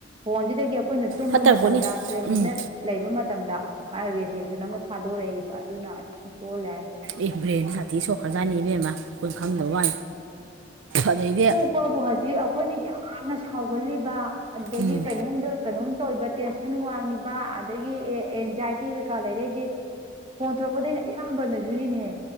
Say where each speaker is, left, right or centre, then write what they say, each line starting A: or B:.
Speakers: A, on the right; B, on the right.
A: ꯐꯣꯟꯁꯤꯗꯒꯤ ꯑꯩꯈꯣꯏꯅ ꯇꯨꯝꯕ
B: ꯐꯠꯇꯔꯛꯄꯅꯤ
A: ꯃꯇꯝꯗ ꯐꯣꯟꯁꯤꯅ
B: ꯎꯝ
A: ꯂꯩꯕ ꯃꯇꯝꯗ ꯑꯗꯨꯃꯥꯏꯅ ꯔꯦꯗꯤꯌꯦꯁꯟ ꯑꯃ ꯊꯥꯗꯣꯔꯛꯏꯕ ꯑꯗꯨꯅ ꯌꯥꯝ ꯁꯣꯜꯂꯦ ꯍꯥꯏꯁꯦ
B: ꯑꯦ ꯕ꯭ꯔꯦꯟ ꯁꯥꯇꯤ ꯁꯣꯀꯥꯖꯥꯅꯤꯕꯦꯝꯃꯥꯈꯝꯗꯧ ꯑ ꯑꯗꯩꯗ
A: ꯑꯄꯕꯨ ꯍꯧꯖꯤꯛ ꯑꯩꯈꯣꯏꯅ ꯌꯥꯝꯅ ꯁꯥꯎꯒꯜꯂꯤꯕ ꯑꯗꯒꯤ
B: ꯎꯝ
A: ꯀꯩꯅꯣꯝꯗ ꯀꯩꯅꯣꯝ ꯇꯧꯕ ꯇꯦꯟꯁꯟ ꯋꯥꯡꯉꯤꯕ ꯑꯗꯒꯤ ꯑꯦ ꯑꯦꯟꯖꯥꯏꯇꯤ ꯀꯩꯀꯥ ꯂꯩꯔꯦꯏꯁꯦ ꯐꯣꯟ ꯊꯣꯔꯛꯄꯗꯩꯅ ꯑꯌꯥꯝꯕꯅꯁꯨꯨꯔꯤꯅꯦꯍꯦ